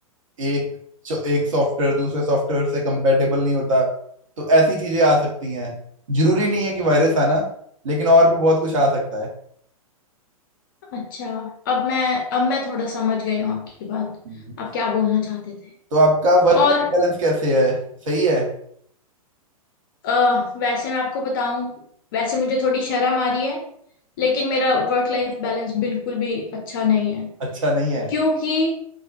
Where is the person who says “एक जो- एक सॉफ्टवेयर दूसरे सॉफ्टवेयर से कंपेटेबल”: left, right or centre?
Right